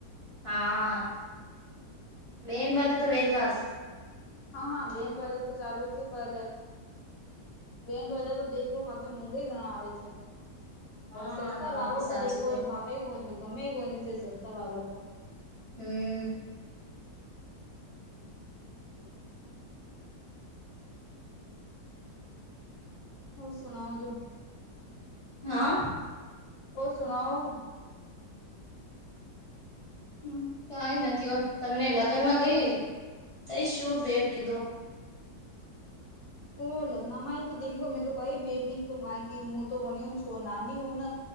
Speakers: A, on the left; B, on the left.
A: હા બેંડવાઝા તો વેગાસ
B: હા હા બેંડ વાજા તો ચાલુ જ છે પર બેડ વાઝા તો દેખ લો પાછા મુંગઈ ઘણા આવે છે
A: હા
B: સસ્તા
A: યાર
B: લાવો
A: સાચી
B: તો દેખો
A: તે
B: ભાવે ગમેને છે સસ્તા વાળ તો,
A: હમ
B: હ હ શણાવ છો.
A: હા?
B: ઓ સુનાઓ.
A: હ કઈ નથી ઓ તમને લગ્નમાં કઈ કઈ શું ભેડ કીધો?
B: ઓહ લગ્ન માાઈ તો દેખલો મેં તો કઈ ભેટ નઈ કિધો મુું તો વનીઓ છો નાની હું